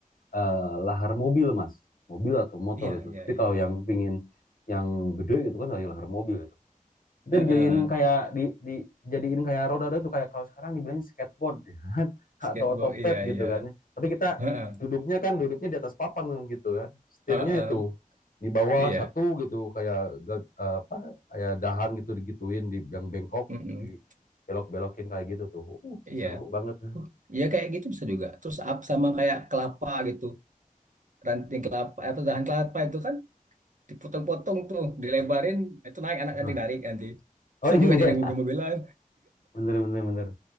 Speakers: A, on the left; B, on the right.
A: eh, lahar mobil, Mas. Mobil atau motor
B: Iya,
A: gitu.
B: iya,
A: Tapi
B: iya.
A: kalau yang pingin yang gede gitu kan dari lahar mobil gitu. Kita
B: Heeh.
A: dijadiin kayak di, dijadiin kayak roda-roda tuh kayak kalau sekarang dibilang skateboard ya kan? <laughs>
B: Skateboard,
A: atau otopet
B: iya,
A: gitu
B: iya.
A: kan. Tapi kita
B: Heeh.
A: duduknya kan duduknya di atas papan gitu kan. Setirnya
B: Heeh.
A: itu di bawah
B: Iya.
A: satu gitu kayak apa kayak dahan gitu digituin di yang bengkok
B: Mm-mm.
A: di belok-belokin kayak gitu tuh. Uh,
B: Iya.
A: seru banget.
B: Uh, Iya kayak gitu bisa juga. Terus up sama kayak kelapa gitu. Ranting kelapa, apa dahan kelapa itu kan dipotong-potong tuh, dilebarin, itu naik anak
A: Nah.
B: adik narik nanti.
A: Oh
B: Bisa
A: iya,
B: juga jadi mobil-mobilan.
A: <laughs> bener bener bener.